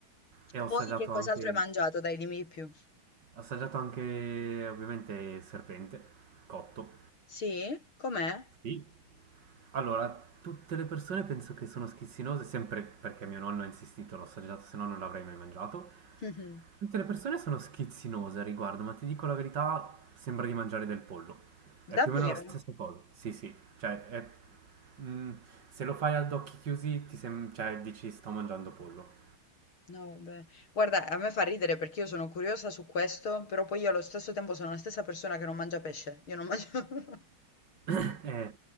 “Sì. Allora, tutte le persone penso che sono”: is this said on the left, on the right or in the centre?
Right